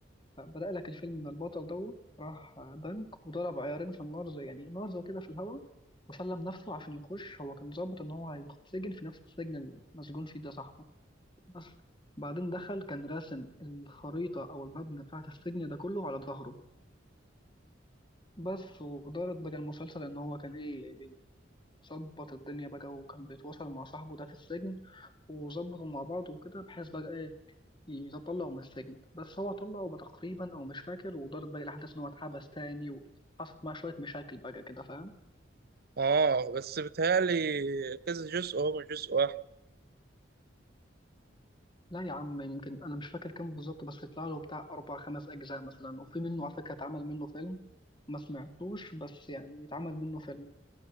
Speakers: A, on the left (about 25°); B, on the right (about 55°).
A: فبدأ لك الفيلم إن البطل دوت راح بنك وضرب عيارين في النار زي يعني نار زي كده في الهواء وسلم نفسه عشان يخش هو كان ظابط إن هو هيتسجن في نفس السجن اللي مسجون فيه ده صاحبه بس بعدين دخل كان راسم الخريطة أو المبنى بتاعة السجن ده كله على ظهره بس ودارت بقى المسلسل ان هو كان ايه بيظبط الدنيا بقى وكان بيتواصل مع صاحبه ده في السجن وظبطوا مع بعض وكده بحيث بقى ايه يطلعوا من السجن بس هو طلعه بقى تقريبا او مش فاكر ودارت بقى الاحداث ان هو اتحبس تاني وحصلت معاه شويه مشاكل بقى كده فاهم
B: اه بس بتهيألي كذا جزء هو مش جزء واحد
A: لا يا عم يمكن انا مش فاكر كام بالظبط بس طلع له بتاع اربع خمس اجزاء مثلا وفي منه على فكره اتعمل منه فيلم ما سمعتوش بس يعني اتعمل منه فيلم